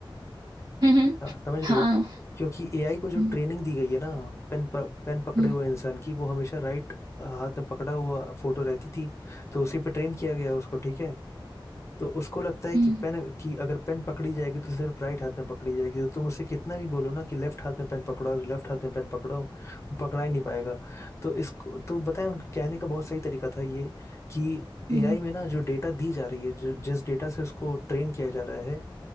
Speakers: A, on the right; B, on the left.
A: हम्म,
B: हाँ, समझ रही
A: हाँ
B: हो क्योंकि एआई को जो
A: हम्म
B: ट्रेनिंग दी गई है ना पेन पेन पकड़े
A: हम्म
B: हुए इंसान की वो हमेशा राइट हाथ में पकड़ा हुआ फोटो रहती थी तो उसी पे ट्रेन किया गया उसको ठीक है तो उसको लगता है
A: हम्म
B: कि पेन कि अगर पेन पकड़ी जाएगी तो सिर्फ राइट हाथ में पकड़ी जाएगी तो तुम उससे कितना भी बोलो ना कि लेफ्ट हाथ में पेन पकड़ाओ लेफ्ट हाथ में पेन पकड़ाओ वो पकड़ा ही नहीं पाएगा तो इसको तो बताएं उनके कहने का बहुत सही तरीका था ये कि
A: हम्म
B: एआई में ना जो डेटा दी जा रही है जो जिस डेटा से उसको ट्रेन किया जा रहा है